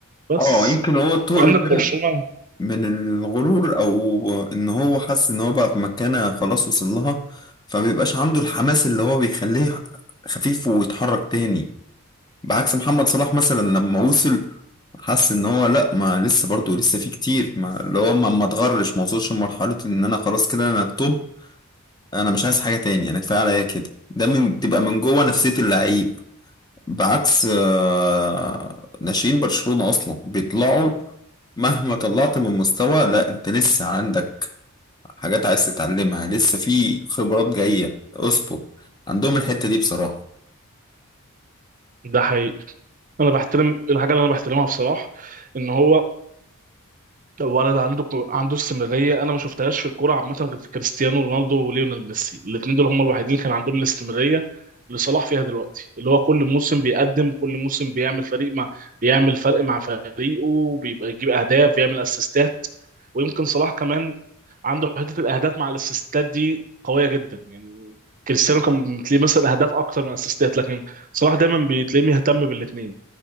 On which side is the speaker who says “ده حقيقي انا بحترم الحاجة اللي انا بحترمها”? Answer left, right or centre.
Right